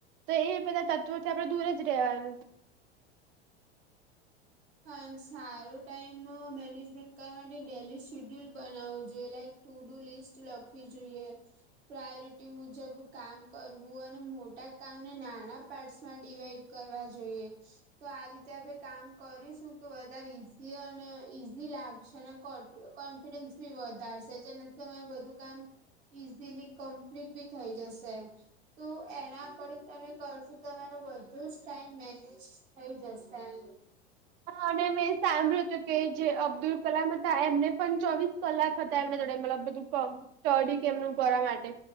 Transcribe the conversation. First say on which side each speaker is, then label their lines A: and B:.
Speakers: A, on the right; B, on the right.
A: તો એ બધા તત્વોથી આપણે દૂર જ રહેવાનું
B: હા સારો ટાઈમ અ મેનેજમેન્ટ કરવા માટે ડેલી શીડ્યુલ બનાવવો જોઈએ લાઈક ટુ ડુ લિસ્ટ લખવી જોઈએ પ્રાયોરિટી મુજબ કામ કરવું અને મોટા કામને નાના પાર્ટસ માં ડિવાઈડ કરવા જોઈએ. તો આ રીતે આપણે કામ કરીશું તો વધારે ઈઝી અને ઈઝી લાગશે અને કોન કોણ કોન્ફિડન્સ બી વધારશે જેને તમારે બધું કામ ઈઝીલી કમ્પ્લીટ બી થઇ જશે. તો એના અકોર્ડિંગ તમે કરશો તમારૂ બધું જ ટાઈમ મેનેજ થઈ જશે એમ
A: હા અને મેં સાંભળ્યું તું કે જે અબ્દુલ કલામ હતા એમને પણ ચોવીસ કલાક હતા એમને જોડે મતલબ બધું સ્ટડી એમણે કરવા માટે